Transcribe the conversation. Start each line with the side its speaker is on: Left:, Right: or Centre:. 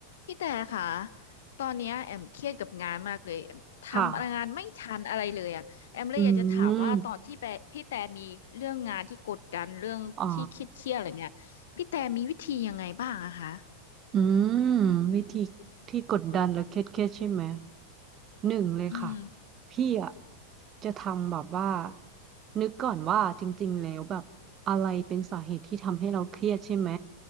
Left: พี่แต่ค่ะตอนเนี้ยแอมเครียดกับงานมากเลยแอมทำงานไม่ทันอะไรเลยอ่ะแอมเลยอยากจะถามว่าตอนที่แปพี่แต่มีเรื่องงานที่กดดันเรื่องที่เครียดเครียดอะไรเงี้ยพี่แต่มีวิธียังไงบ้างอะคะ
Right: ค่ะ อืมอ่าอืม วิธีที่กดดันและเครียดเครียดใช่ไหมหนึ่งเลยค่ะ
Left: อืม
Right: พี่อ่ะจะทำแบบว่า นึกก่อนว่าจริงๆแล้วแบบอะไรเป็นสาเหตุที่ทำให้เราเครียดใช่ไหม